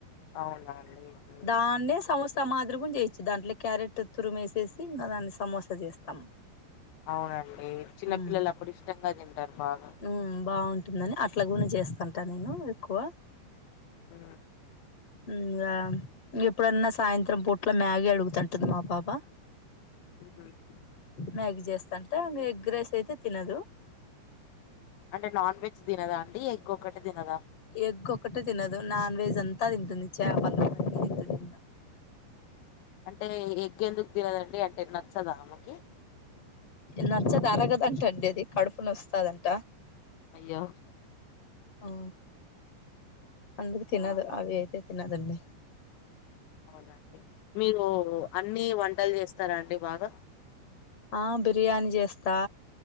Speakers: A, on the left (about 80°); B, on the left (about 35°).
A: అవునా అండి ఉమ్,
B: దాన్నే స <unintelligible> సమాధ్రి గు చేయొచ్చు దాంట్లో క్యారెట్ తురు వేసేసి ఇంకా దాన్ని సమోసా చేస్తాం
A: అవునండి చిన్నపిల్లలు
B: ఉమ్
A: అప్పుడు ఇష్టంగా తింటారు బాగ
B: ఉమ్ <unintelligible> అట్లా గు చేస్తంటా నేను ఎక్కువ
A: ఆ
B: ఇకా ఎప్పుడన్న సాయంత్రం పూట్ల మ్యాగీ అడుగుతుంటది మా పాప
A: ఉ
B: మ్యాగ చేస్తాంటే ఆమె ఎగ్ రైస్ అయితే తినదు
A: అంటే నాన్ వెజ్ తినద అండి ఎగ్ ఒకటి తినదా
B: ఎగ్ ఒకటే తినదు నాన్ వెజ్ అంతా తింటుంది చేపలు అన్నీ తింటుంది ఇంగ
A: అంటే ఎగ్ ఎందుకు తినదండి అంటే నచ్చద ఆమెకి
B: నచ్చదు అలాగదంట అండి అది కడుపు నొస్తాడంట
A: అయ్యో
B: ఆ అందుకు తినదు
A: ఆ,
B: అవి అయితే తినదండి
A: అవునాండి మీరు అన్నీ వంటలు చేస్తార అండి బాగా
B: ఆ బిర్యానీ చేస్త